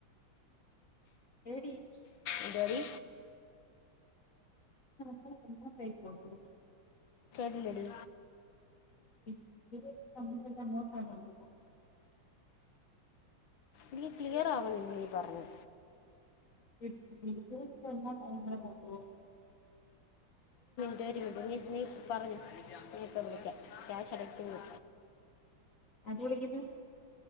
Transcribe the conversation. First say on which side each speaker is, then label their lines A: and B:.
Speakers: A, on the left; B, on the left.
A: എരി
B: ഇ ഡറി
A: <unintelligible>
B: കനടി
A: ഇ എല്ല മോട്ടാണ്ട
B: നീ ക്ലിയർ ആവാ നി നീ പറഞ്ഞു
A: ഉം അെ പറ്റോ
B: ട്ടൊരുടുങ്ങി നീ പറഞ്ഞോ നീ ഇപ്പ വിളിക്കാം ക്യാഷടക്കുന്നു
A: അത് വിളിക്കുന്നു